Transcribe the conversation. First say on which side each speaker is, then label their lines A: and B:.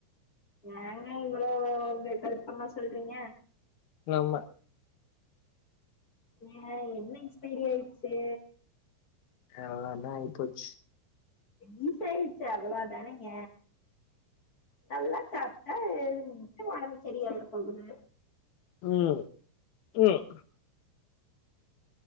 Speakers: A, on the left; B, on the left.
A: ஏங்க நீங்க வேற இந்த கஷ்டமா சொல்றீங்க.
B: லம்ம
A: ஏ, என்ன எக்ஸ்பைரி ஆயிடுச்சு?
B: எல்லோண்ணா ஆயிப்போச்சு.
A: யிசாய்டுச்சு, அவ்ளோ தானேங்க. நல்லா சாப்ட்டா <unintelligible> ஒடம்பு செரியாயிட போகுது
B: உம் உம்.